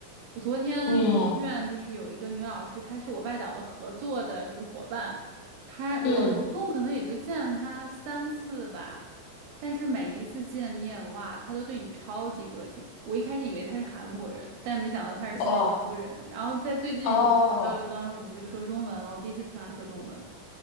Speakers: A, on the right (about 80°); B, on the left (about 85°).
A: 我昨天我院就是有一个女老师，
B: 嗯
A: 她是我外导的合作的，就是伙伴。她我我一共可能也就见了她三次吧，
B: 嗯，
A: 但是每一次见面，哇，她都对你超级热情。我一开始以为她是韩国人，但没想到她是新加坡人。
B: 哦
A: 然后在最近交流当中，
B: 哦，
A: 我们就说中文了，我第一次听她说中文。